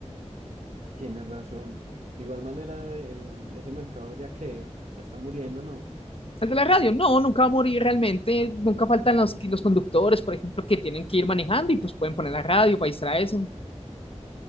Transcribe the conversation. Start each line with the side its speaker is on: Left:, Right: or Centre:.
Right: Tienes razón. De igual manera, el- ese mercado ya que ya está muriendo, ¿no?
Left: El de la radio, no, nunca va a morir realmente, nunca faltan los, los conductores, por ejemplo, que tienen que ir manejando y pues pueden poner la radio para distraerse.